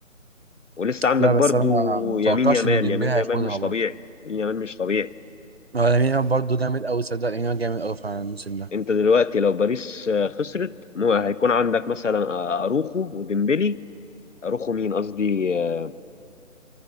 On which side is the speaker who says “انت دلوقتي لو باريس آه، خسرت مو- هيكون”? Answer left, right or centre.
Left